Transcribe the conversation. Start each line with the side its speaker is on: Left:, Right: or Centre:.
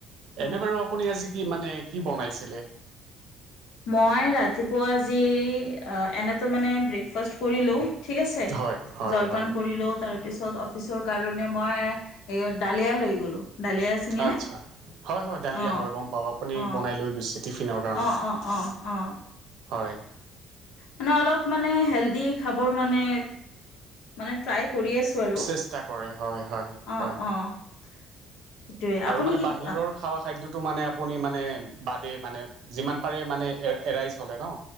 Right: এনেই
Left: অ
Right: বাৰু আপুনি আজি- কি মানে কি বনাইছিলে?
Left: মই ৰাতিপুৱা আজি আঁহ' এনেইতো মানে ব্ৰেকফাষ্ট কৰিলোঁ। ঠিক আছে।
Right: হয় হয়
Left: জলপান
Right: হয়
Left: কৰিলো, তাৰ তাৰপিছত অফিচৰ কাৰণে মই ডালিয়া লৈ গ'লোঁ। ডালিয়া চিনিনে
Right: আচ্ছা' হয়-হয়, ডালিয়া
Left: অঁ
Right: হয়, গম পাওঁ আপুনি
Left: অঁ
Right: বনাই লৈ গৈছে। টিফিনৰ কাৰণে,
Left: অঁ অঁ অঁ অঁ
Right: হয়।
Left: মানে অলপ মানে হেল্ডি খাবৰ মানে- মানে ট্ৰাই কৰি আছো আৰু,
Right: চেষ্টা কৰে হয় হয়
Left: অঁ',
Right: হয়
Left: -অঁ', -। এইটোৱে,
Right: আৰু
Left: আপুনি
Right: মানে
Left: কি
Right: বাহিৰৰ
Left: কোৱা?
Right: খাৱা খাদ্যটো মানে আপুনি মানে বাদে মানে যিমান পাৰে মানে এ' এৰাই চলে ন'।